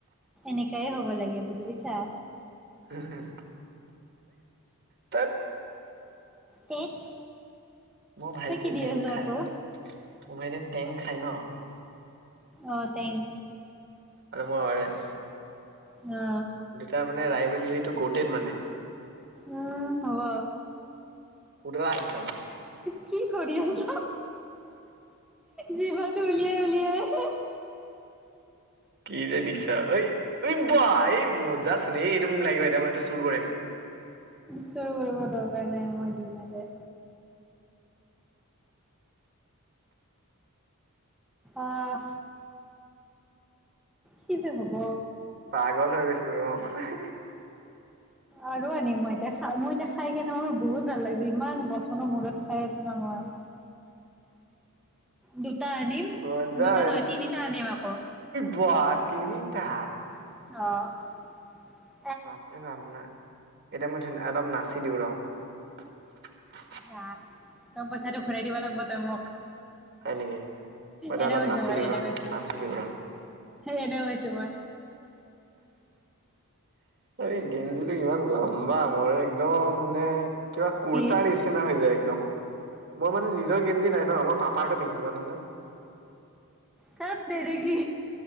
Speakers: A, in the centre; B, on the right.
A: এনেকাইে হ'ব লাগে, বুজি পাইছা।
B: হি! হি! তেত!
A: তেত!
B: মোৰ ভাইটিয়ে
A: তই কি দি
B: টেংক
A: আছ
B: খায়।
A: আকৌ
B: মোৰ ভাইটিয়ে টেংক খায় ন?
A: অ টেং
B: আৰু মই অ' আৰ এছ।
A: অ
B: দুটা মানে ৰাই <unintelligible> গৌতেদ মানে
A: উম হ'ব।
B: পুতলা একদম।
A: কি কৰি আছ? জিভা তো উলিয়াই, উলিয়াই।
B: কি যে নিচা, ঐ! ঐ বাহ! এই মজা! এই এইটো মোক লাগিব, এতিয়া মই এইটো চুৰ কৰিম।
A: চুৰ কৰিব দৰকাৰ নাই, মই দিম এতে। অ'হ! কি যে হ'ব!
B: পাগল হৈ গৈছোঁ, ৰহ।
A: আৰু আনি মই এতিয়া, মই এতিয়া খাই কেনে মোৰ বহুত ভাল লাগে, ইমান বচৰৰ মূৰত খাই আছোঁ ন মই। দুটা আনিম।
B: মজা
A: দুটা নহয়, তিনিটা আনিম আকৌ।
B: বাহ তিনিটা!
A: অ'হ!
B: বাপৰে বাপ! না, এতিয়া ধুন অলপ নাচ চি দিউ, ৰহ।
A: নাহ, তই পইচাটো ঘূৰাই দিব লাগিব, তই মোক।
B: হয় নেকি? মই এতিয়া
A: এনে
B: অলপ
A: কৈছো
B: নাচি
A: মই
B: দিও
A: এনে
B: ৰহ,
A: কৈছো
B: নাচি দিও ৰহ।
A: এনে কৈছো মই
B: এই গেঞ্জিটো ইমান লম্বা মোৰ, একদম মানে কিবা কুৰ্তাৰ
A: কি
B: নিচিনা হৈ যায়! দম মোৰ মানে নিজৰ গেঞ্জি নাই ন, মই পাপাৰটো পিন্ধো, জান নাই?
A: তেত তেৰী কি!